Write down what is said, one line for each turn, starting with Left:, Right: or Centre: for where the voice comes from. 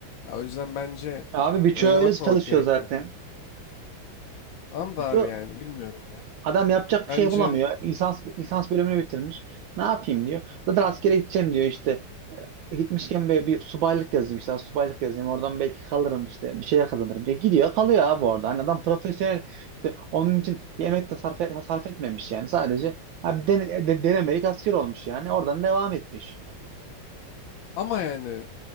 Left: Ya o yüzden bence
Right: Abi birçoğu
Left: öyle
Right: öyle
Left: bakmamak
Right: çalışıyor
Left: gerekiyor.
Right: zaten.
Left: Tamam da
Right: Birçoğu
Left: abi yani bilmiyorum ya.
Right: adam yapacak bir
Left: Bence
Right: şey bulamıyor. Lisans lisans bölümünü bitirmiş. Ne yapayım diyor. Zaten askere gideceğim diyor işte. E, Gitmişken böyle bir subaylık yazayım işte. Subaylık yazayım. Oradan belki kalırım işte. Bir şeyler kazanırım diye. Gidiyor kalıyor abi orada. Hani adam profesyonel işte onun için bir emek de sarf, sarf etmemiş yani. Sadece abi den- de- denemelik asker olmuş yani. Oradan devam etmiş.
Left: ama yani